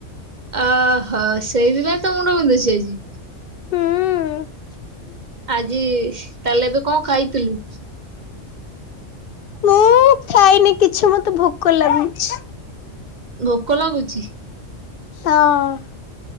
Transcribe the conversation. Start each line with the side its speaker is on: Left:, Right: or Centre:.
Right: ଅ ହ ସେଇଥିପାଇଁ ତୋ ମୁଣ୍ଡ ବିନ୍ଧୁଛି ଆଜି?
Left: ହୁଁ।
Right: ଆଜି ତାହେଲେ ଏବେ କଣ ଖାଇଥିଲୁ?
Left: ମୁଁ ଖାଇନି କିଛି ମତେ ଭୋକ ଲାଗୁଚି।
Right: ଭୋକ ଲାଗୁଛି?
Left: ହଁ।